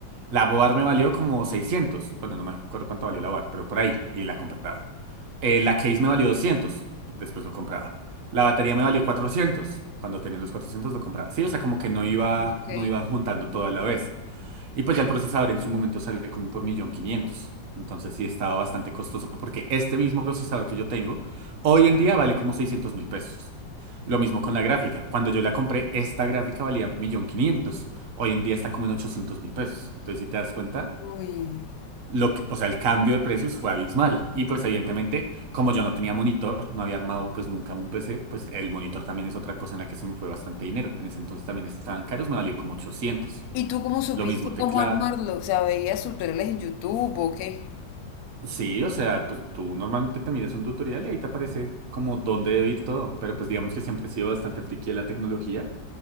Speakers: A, on the right (about 50°); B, on the left (about 70°).
A: La board me valió como seiscientos Bueno, no me acuerdo cuánto valió la board, pero por ahí, y la compraba. Eh, la case me valió doscientos después lo compraba. La batería me valió cuatrocientos cuando tenía los 400 lo compraba. Sí, o sea, como que no iba,
B: ok.
A: no iba juntando todo a la vez. Y pues ya el procesador en su momento salió como por millón quinientos. Entonces sí estaba bastante costoso porque este mismo procesador que yo tengo hoy en día vale como seiscientos mil pesos. Lo mismo con la gráfica. Cuando yo la compré, esta gráfica valía millón quinientos. Hoy en día está como en ochocientos mil pesos. Entonces si te das cuenta,
B: Uy.
A: lo que, o sea, el cambio de precios fue abismal. Y pues evidentemente, como yo no tenía monitor, no había armado pues nunca un PC, pues el monitor también es otra cosa en la que se me fue bastante dinero. En ese entonces también estaban caros, me valió como ochocientos
B: ¿Y tú cómo supiste
A: Lo mismo teclado.
B: cómo armarlo? O sea, ¿veías tutoriales en YouTube o qué?
A: Sí, o sea, pues tú normalmente te miras un tutorial y ahí te aparece como dónde debe ir todo, pero pues digamos que siempre he sido bastante friki de la tecnología,